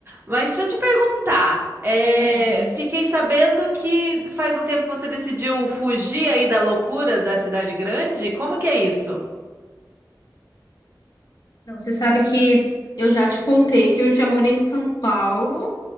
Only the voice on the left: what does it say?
Imagino.
Não, você sabe que eu já te contei que eu já morei em São Paulo